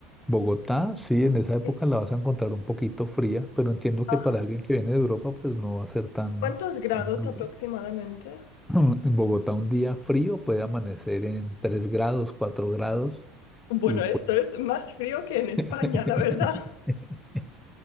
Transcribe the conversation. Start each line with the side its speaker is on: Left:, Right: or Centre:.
Centre: Bogotá, sí, en esa época
Left: Sí.
Centre: la vas a encontrar un poquito fría, pero entiendo
Left: Ajá.
Centre: que para alguien que viene de Europa, pues no va a ser tan,
Left: ¿Cuántos grados
Centre: tan duro.
Left: aproximadamente?
Centre: <clears throat> En Bogotá un día frío puede amanecer en 3 grados, 4 grados
Left: Bueno,
Centre: y pues
Left: esto es más frío que en España,
Centre: <laughs>
Left: la verdad.